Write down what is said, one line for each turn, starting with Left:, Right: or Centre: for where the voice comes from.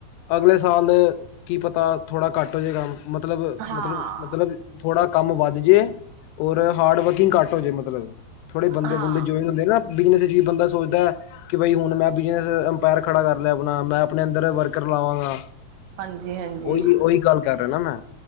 Left: ਅਗਲੇ ਸਾਲ ਕੀ ਪਤਾ ਥੋੜਾ ਘੱਟ ਹੋ ਜੇ ਕੰਮ ਮਤਲਬ-ਮਤਲਬ-ਮਤਲਬ।
Right: ਹਾਂ
Left: ਥੋੜਾ ਕਾਮ ਵੱਧ ਜੇ ਔਰ ਹਾਰਡ ਵਰਕਿੰਗ ਘੱਟ ਹੋ ਜੇ ਮਤਲਬ ਥੋੜੇ ਬੰਦੇ-ਬੁੰਦੇ
Right: ਹਾਂ
Left: ਜੁਆਇਨ ਹੁੰਦੇ ਆ ਨਾ ਬਿਜ਼ਨਸ ਚ ਬੰਦਾ ਸੋਚਦਾ ਕਿ ਬਈ ਹੁਣ ਮੈਂ ਬਿਜਨਸ ਪੈਰ ਖੜਾ ਕਰ ਲਿਆ ਆਪਣਾ, ਮੈਂ ਆਪਣੇ ਅੰਦਰ ਵਰਕਰ ਲਾਵਾਂਗਾ
Right: ਹਾਂਜੀ ਹਾਂਜੀ
Left: ਉਹੀ- ਉਹੀ ਗੱਲ ਕੇਹ ਰੇਹਾ ਨਾ ਮੈਂ